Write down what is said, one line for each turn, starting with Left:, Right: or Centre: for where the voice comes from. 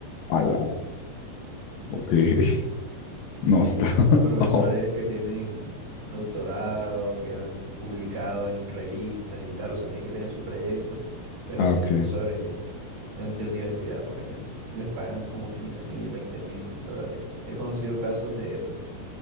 Left: ala, ok, <laughs> no
Right: Sí,
Left: está, <laughs>
Right: o sea, profesores
Left: oh,
Right: que tienen doctorados, que han publicado en revistas y tal, o sea, tienen que tener su trayecto, pero
Left: ah,
Right: son
Left: ok,
Right: profesores ya, de, un- de universidad, por ejemplo. Les pagan como quince mil, veinte mil dólares. He conocido casos de esos.